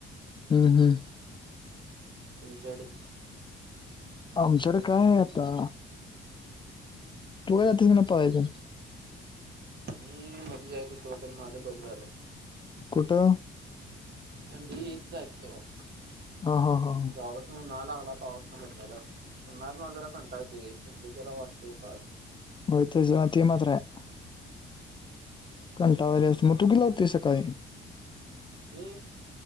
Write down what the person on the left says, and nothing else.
हम् हम्.
आमच्याकड काय आहे आता. तू काय जातस काय नाही पळायला तेन?
कुठं?
ह हा हा.
होय जातो ते मात्र आहे.
कंटाळवाणी असते. मग तु कितीला उठतेस सकाळी?